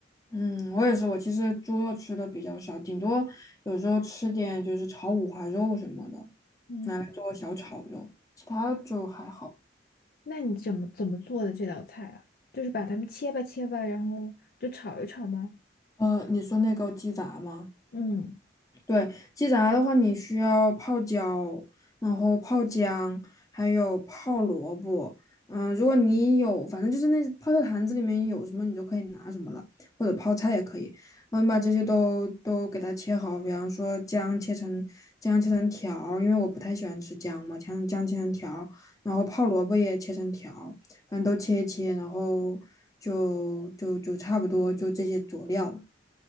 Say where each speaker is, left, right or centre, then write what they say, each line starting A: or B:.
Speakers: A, on the left; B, on the left.
A: 嗯，我也是，我其实猪肉吃的比较少，顶多有时候吃点就是炒五花肉什么的，
B: 嗯。
A: 拿来做小炒肉，其他就还好。
B: 那你怎么怎么做的这道菜啊？就是把它们切吧切吧，然后就炒一炒吗？
A: 呃，你说那个鸡杂吗？
B: 嗯
A: 对，鸡杂的话，你需要泡椒，然后泡姜，还有泡萝卜。嗯、如果你有，反正就是那泡菜坛子里面有什么，你就可以拿什么了，或者泡菜也可以。然后你把这些都都给它切好，比方说姜切成姜切成条儿因为我不太喜欢吃姜嘛，姜姜切成条儿然后泡萝卜也切成条儿反正都切一切，然后就就就差不多就这些佐料。